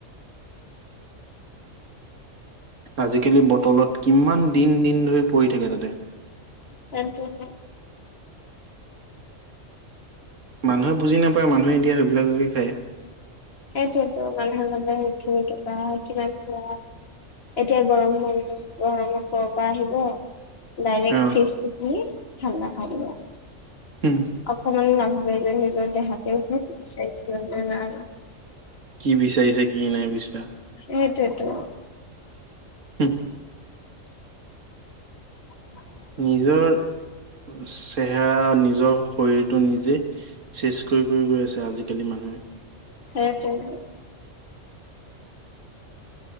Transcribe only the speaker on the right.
আজিকালি বটলত কিমান দিন দিন ধৰি পৰি থাকে তাতে।
মানুহে বুজি নাপায় মানুহে এতিয়া সেইবিলাককে খায়।
অ
উম।
কি বিচাৰিছে কি নাই বিচৰা।
শুহ।
নিজৰ চেহেৰা নিজৰ শৰীৰটো নিজেই চেচ কৰি কৰি গৈ আছে আজিকালি মানুহে।